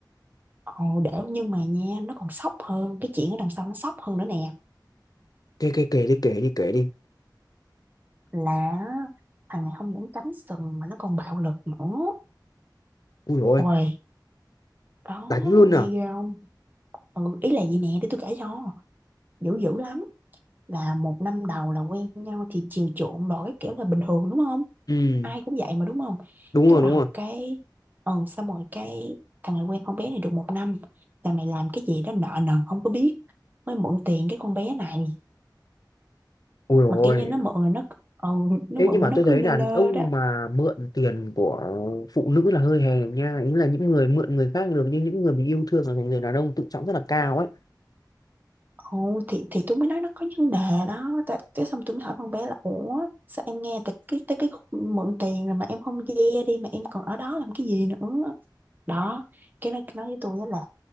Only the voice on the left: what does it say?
kể kể kể đi kể đi kể đi
ui rồi
đánh luôn
à
ừ
đúng
rồi
đúng
rồi
ui rồi
Thế
nhưng mà
tôi thấy
đàn
ông
mà mượn tiền của phụ nữ là hơi hèn nha. Ý là những người mượn người khác được nhưng những người mình yêu thương là thành người đàn ông tự trọng rất là cao ấy.